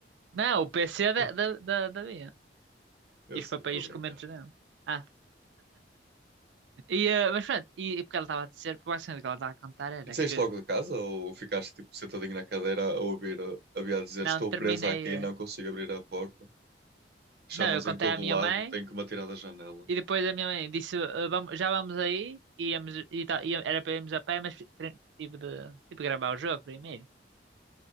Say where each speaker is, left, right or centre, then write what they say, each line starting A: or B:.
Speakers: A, on the right (about 85°); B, on the right (about 60°).
A: Não, o PC
B: <laughs>
A: da, da, da, da minha.
B: Eu
A: E
B: sei,
A: os papéis
B: estou a brincar.
A: e os documentos dela. Ah, e, eh, mas pronto, e, e porque ela estava a dizer, porque basicamente o que ela estava a contar era
B: E saíste
A: que
B: logo de casa ou ficaste tipo sentadinho na cadeira a ouvir a, a Bia dizer
A: não,
B: estou
A: terminei.
B: presa aqui,
A: eh,
B: não consigo abrir a porta. Chamas
A: Não, eu contei
B: em todo
A: à minha
B: o lado,
A: mãe
B: tenho que me atirar da janela.
A: e depois a minha mãe disse, eh, vamos, já vamos aí, e íamos, e, tal, e era para irmos a pé, mas tre- tive de, tive de gravar o jogo primeiro.